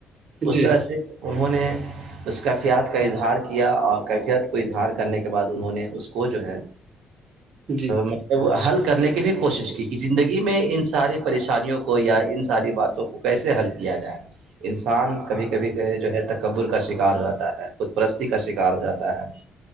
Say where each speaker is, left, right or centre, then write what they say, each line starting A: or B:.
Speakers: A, on the right; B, on the right.
A: اس
B: جی
A: طرح
B: ہاں
A: سے انہوں نے اس کیفیات کا اظہار کیا اور کیفیات کو اظہار کرنے کے بعد انہوں نے اس کو جو ہے
B: جی
A: مطلب حل کرنے کی بھی کوشش کی کہ زندگی میں انسب ساری پریشانیوں کو یا ان ساری باتوں کو کیسے حل کیا جائے انسان کبھی کبھی جو ہے تکبر کا شکار ہو جاتا ہے خود پرستی کا شکار ہو جاتا ہے